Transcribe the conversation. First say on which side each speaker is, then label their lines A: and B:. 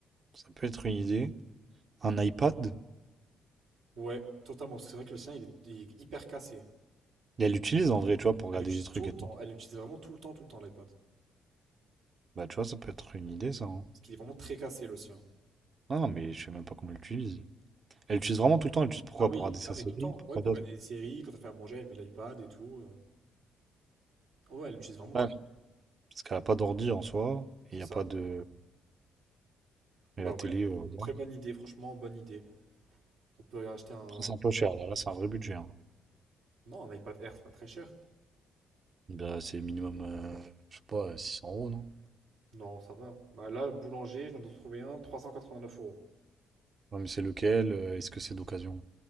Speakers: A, on the right; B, on the right.
A: ça peut être une idée. Un iPad.
B: ouais, totalement. Parce que c'est vrai que le sien, il est, il est hyper cassé.
A: Et elle l'utilise en vrai, tu vois, pour
B: Elle
A: regarder
B: l'utilise
A: des trucs
B: tout le
A: et
B: temps.
A: tout.
B: Elle l'utilise vraiment tout le temps, tout le temps, l'iPad.
A: Bah, tu vois, ça peut être une idée, ça. hein.
B: Parce qu'il est vraiment très cassé, le sien.
A: Ah non, mais je sais même pas comment elle l'utilise. Elle l'utilise vraiment tout le temps. Elle l'utilise pourquoi?
B: Ah oui,
A: Pour regarder sa
B: ah mais
A: série,
B: tout le temps.
A: pour
B: Ouais,
A: quoi
B: pour
A: d'autre
B: regarder des séries, quand elle fait à manger, elle met l'iPad et tout. euh. Ouais, elle l'utilise vraiment tout
A: Ouais.
B: le temps.
A: Parce qu'elle a pas d'ordi en soi.
B: C'est
A: Il y
B: ça?
A: a pas de.
B: Bah
A: Et la
B: ouais.
A: télé, euh, ouais.
B: Très bonne idée, franchement, bonne idée. On peut acheter un.
A: Après, c'est un peu cher. Là, là, c'est un vrai budget. hein.
B: Non, un iPad Air, c'est pas très cher.
A: Bah, c'est minimum, euh, je sais pas, 600 euros, non?
B: Non, ça va. Bah là, boulanger, je viens d'en trouver un, 389 euros.
A: Ouais, mais c'est lequel? euh, Est-ce que c'est d'occasion?